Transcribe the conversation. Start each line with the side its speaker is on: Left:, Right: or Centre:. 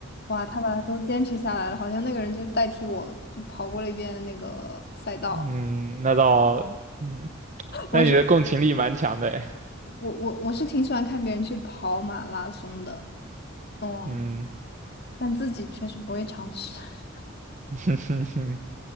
Left: 哇，他把它都坚持下来了，好像那个人就代替我，就跑过了一遍那个赛道。
Right: 嗯，那倒，嗯，
Left: <laughs> 我是
Right: 那你的共情力蛮强的诶，
Left: 我我我是挺喜欢看别人去跑马拉松的。哦，
Right: 嗯，
Left: 但自己确实不会尝试，<laughs>
Right: <laughs>